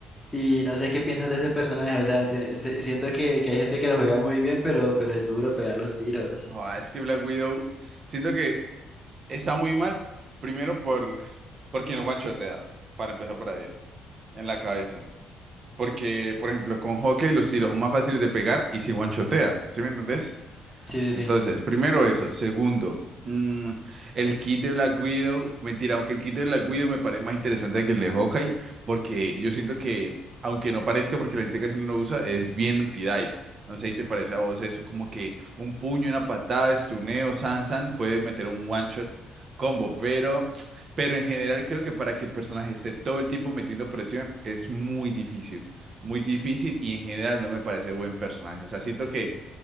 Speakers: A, in the centre; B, on the right.
A: y no sé qué piensas de ese personaje, o sea, te- se- siento que, que hay gente que lo juega muy bien, pero, pero es duro pegar los tiros.
B: Ah, es que Black Widow, siento que está muy mal, primero por porque no guachotea, para empezar por ahí, en la cabeza. Porque, por ejemplo, con Hawkeye los tiros son más fáciles de pegar y si guanchotea, ¿sí me entendés?
A: Sí,
B: Entonces,
A: sí, sí.
B: primero eso. Segundo, mm, el kit de Black Widow. Mentira, aunque el kit de Black Widow me parece más interesante que el de Hawkeye, porque yo siento que, aunque no parezca porque la gente casi no lo usa, es bien anti-dive. No sé si te parece a vos eso, como que un puño, una patada, estuneo, san, san, puede meter un one shot combo, pero, pero en general creo que para que el personaje esté todo el tiempo metiendo presión es muy difícil, muy difícil y en general no me parece buen personaje. O sea, siento que